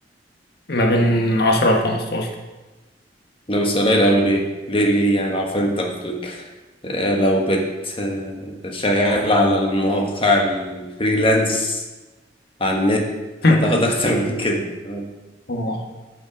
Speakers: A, on the left; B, on the left.
A: ما بين عشرة لخمستاشر
B: لو بس قليل قوي ليه ليه ليه يعني لو عارف انت في ال... اه، لو بت اه، شغال على المواقع الفريلانس على النت
A: <laughs>
B: هتاخد اكتر من كده <laughs>
A: أوه.